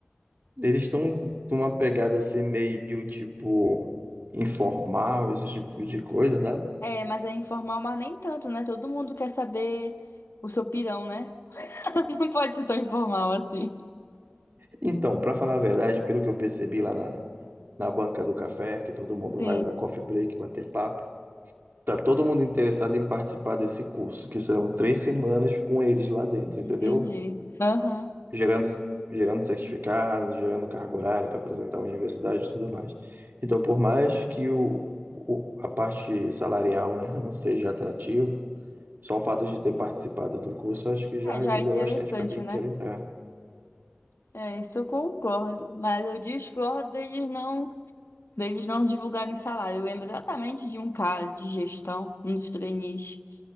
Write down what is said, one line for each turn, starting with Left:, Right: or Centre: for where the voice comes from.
Right: eles estão numa pegada assim meio tipo informal, esse tipo de coisa, sabe?
Left: É, mas é informal, mas nem tanto, né? Todo mundo quer saber o seu pirão, né? <laughs> Não pode ser tão informal assim.
Right: Então, para falar a verdade, pelo que eu percebi lá na, na banca do café, que todo mundo
Left: Sim,
Right: vai no coffee break bater papo. Tá todo mundo interessado em participar desse curso, que serão três semanas com eles lá dentro, entendeu?
Left: entendi. Aham.
Right: Gerando, gerando certificados, gerando carga horária para apresentar a universidade e tudo mais. Então, por mais que o, o- a parte salarial, né, não seja atrativo, só o fato de ter participado do curso, eu acho que já
Left: É,
Right: ajuda
Left: já é interessante,
Right: bastante para quem
Left: né?
Right: quer entrar.
Left: É, isso eu concordo. Mas eu discordo deles não. deles não divulgarem salário. Eu lembro exatamente de um cara de gestão, um dos trainees